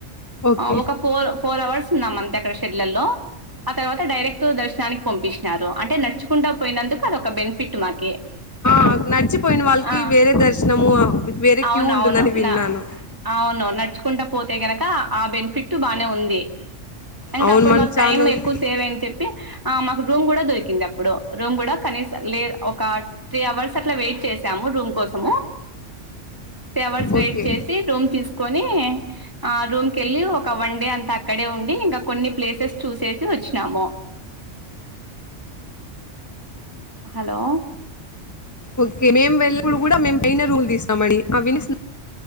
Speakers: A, on the left (about 15°); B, on the right (about 15°).
A: ఓకే
B: ఆ ఒక ఫోర్ ఫోర్ అవర్స్ ఉన్నామంతే అక్కడ షెడ్లల్లో. ఆ తర్వాత డైరెక్ట్ దర్శనానికి పంపిచినారు అంటే నడుచుకుంటా పోయినందుకు అదొక బెనిఫిట్ మాకి
A: ఆ నడిచిపోయిన వాళ్ళకి
B: ఆ
A: వేరే దర్శనము ఆ వేరే
B: అవును
A: క్యూ ఉంటుందని
B: అవును
A: విన్నాను.
B: నా అవును నడుచుకుంటా పోతే గనుక ఆ బెనిఫిట్ బానే ఉంది. ఇంక
A: అవును
B: అప్పుడు
A: మనం
B: మాకు
A: చాలా
B: టైమ్
A: రోజులు
B: ఎక్కువ సేవ్ అయిన్ చెప్ ఆ మాకు రూమ్ కూడ దొరికింది అప్పుడు, రూమ్ గుడ కనీస లేదు ఒక త్రీ అవర్స్ అట్ల వెయిట్ చేశాము రూమ్ కోసము. త్రీ అవర్స్ వెయిట్
A: ఓకే
B: చేసి రూమ్ తీసుకొని ఆ రూమ్కిళ్ళి ఒక వన్ డే అంతా అక్కడే ఉండి ఇంకా కొన్ని ప్లేసెస్ చూసేసి వచ్చినాము. హలో
A: ఓకే మేము వెళ్ళినప్పుడు గుడ మేము పైన రూమ్ తీసామండి. ఆ వినిస్